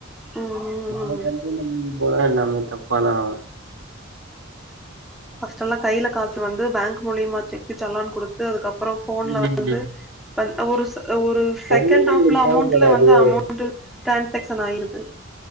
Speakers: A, in the centre; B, on the right.
A: ம் ம்
B: நம்ம
A: ம்
B: கண்ட்ரோல்ல மீறி போனா எல்லாமே தப்பாதா ஆகு
A: ஃபஸ்டல்லா கையில காசு வந்து பேங்க் மூலியமா செக்கு செலான் குடு து அதுக்கப்பறோ ஃபோன்ல
B: ம்
A: வந்து பன் ஒரு ச ஒரு
B: ஃபோனே
A: செகண்ட்
B: நம்மளுக்கு
A: ஹாப்ல
B: தேவப்படாது
A: அமோண்ட்ல வந்து அமோண்ட்டு ட்ரான்சாக்சன் ஆய்ருது